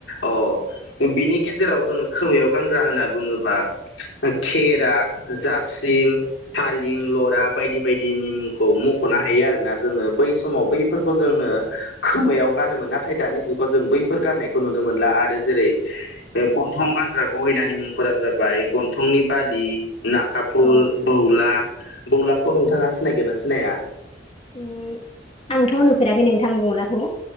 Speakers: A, on the left; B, on the left.
A: अ बिनि गेजेराव जोङो खोमायाव गानग्रा होनना बुङोबा खेरा जाबस्रिं थालम लरा बायदि बायदिनि मुंखौ मख'नो हायो आरोोना जोङो बै समाव बैफोरखौ जोङो खोमायाव गानोमोन नाथाय दानि जुगाव जों बैफोर गाननायखौ नुनो मोनला आरो जेरै गन्थं गानग्रा गहैनि मुंफोरा जाबाय गन्थंनि बालि ना खााफुल
B: औ
A: बौला बौलाखौ नोंथाङा सिनायगोन ना सिनाया
B: उम आंथ' नुफेराखै नोंथां बंलाखौ